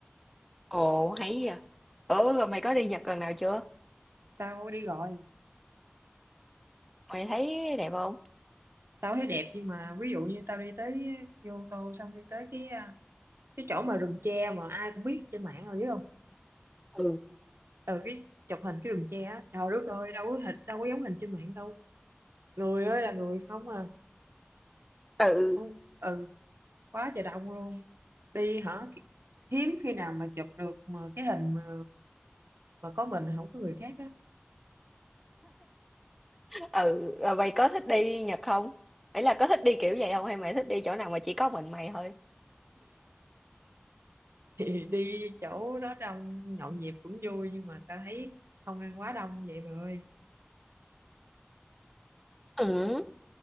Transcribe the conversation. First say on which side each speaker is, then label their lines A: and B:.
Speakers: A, in the centre; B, on the right (about 75°).
A: Ồ, hay vậy. Ủa rồi mày có đi Nhật lần nào chưa?
B: tao đi gọi
A: Mày thấy đẹp không?
B: tao thấy đẹp nhưng mà ví dụ như tao đi tới vô ô tô xong đi tới cái à, cái chỗ mà rừng tre mà ai cũng biết trên mạng rồi biết không
A: Ừ.
B: ừ cái chụp hình cái rừng tre á trời đất ơi đâu có hình đâu có giống hình trên mạng đâu người ơi là người không à
A: Ừ.
B: không ừ quá trời đông luôn đi hả hiếm khi nào mà chụp được mà cái hình mà mà có mình không có người khác á
A: ừ rồi mày có thích đi Nhật không ấy là có thích đi kiểu vậy không hay mày thích đi chỗ nào mà chỉ có mình mày thôi
B: <laughs> thì đi chỗ đó đông nhộn nhịp cũng vui nhưng mà tao thấy không nên quá đông vậy mà ơi
A: ừ